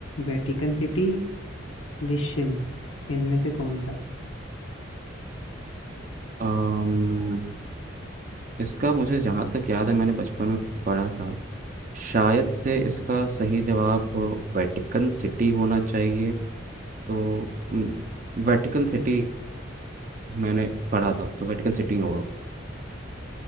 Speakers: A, on the left; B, on the right.
A: Vatican City लिशन इनमें से कौन सा है
B: अम्म, इसका मुझे जहाँ तक याद है मैंने बचपन में पढ़ा था शायद से इसका सही जवाब वेटिकन सिटी होना चाहिए तो वेटिकन सिटी मैंने पढ़ा था तो वेटिकन सिटी होगा